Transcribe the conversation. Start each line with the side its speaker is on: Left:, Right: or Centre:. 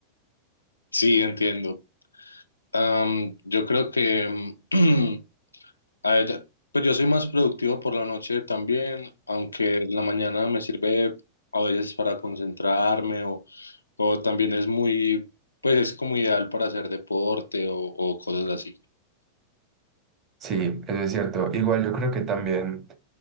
Left: Sí, entiendo. Am, yo creo que, mm, <clears throat> a ver, pues yo soy más productivo por la noche también, aunque en la mañana me sirve a veces para concentrarme o, o también es muy, pues es como ideal para hacer deporte o, o cosas así.
Right: Sí, eso es cierto. Igual yo creo que también...